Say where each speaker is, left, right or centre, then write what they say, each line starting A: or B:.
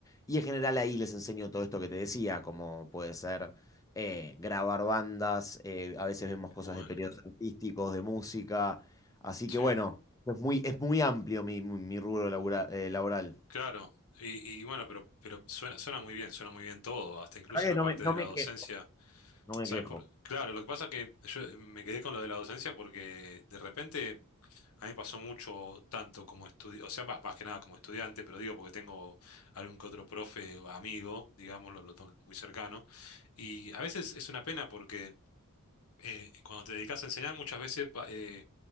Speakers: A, on the left (about 15°); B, on the left (about 80°).
A: y en general ahí les enseño todo esto que te decía, como puede ser eh, grabar bandas, eh, a veces vemos
B: qué
A: cosas
B: bueno.
A: de periodos artísticos, de música Así
B: Sí,
A: que bueno, es muy, es muy amplio mi, mi- mi rubro labura- eh, laboral.
B: claro. Y, y bueno, pero, pero suena, suena muy bien, suena muy bien todo, hasta incluso
A: La verdad
B: la
A: que no
B: parte
A: me, no
B: de
A: me
B: la docencia.
A: quejo, no me
B: ¿Sabes
A: quejo.
B: por? Claro, lo que pasa es que yo eh, me quedé con lo de la docencia porque de repente a mí me pasó mucho tanto como estudiante, o sea, más, más que nada como estudiante, pero digo porque tengo algún que otro profe o amigo, digámoslo, lo tomo muy cercano, y a veces es una pena porque eh, cuando te dedicas a enseñar muchas veces va- eh,